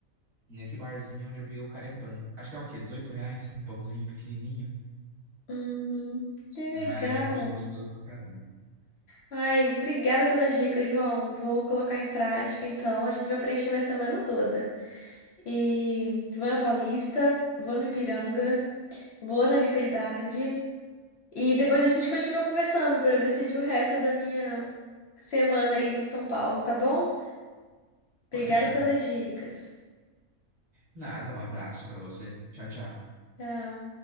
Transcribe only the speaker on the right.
Nesse barzinho é onde eu peguei o carepan. Acho que é o quê? 18 reais? Um pãozinho pequenininho.
Mas, mas foi gostoso pra caramba.
Pode deixar.
Nada, um abraço pra você. Tchau, tchau.